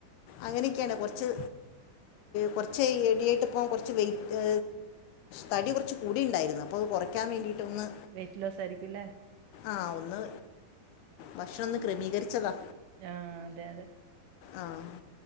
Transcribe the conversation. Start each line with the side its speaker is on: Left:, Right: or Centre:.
Left: അങ്ങനെക്കെണ് കൊറച്ച് കുറച്ച് എഡിയായിട്ട്പ്പ കുറച്ച് വെയിറ്റ് തടി കുറച്ച് കൂടി ഉണ്ടായിരുന്ന അപ്പോന്ന് കുറക്കൻ വേണ്ടിട്ട ഒന്ന്
Right: വെയ്റ്റിലസയിരിക്കുംല്ലേ?
Left: ആഹ് ഒന്ന് ഭക്ഷണംന്ന് ക്രമീകരിച്ചതാ.
Right: ആഹ് അതെ അതെ
Left: ആഹ്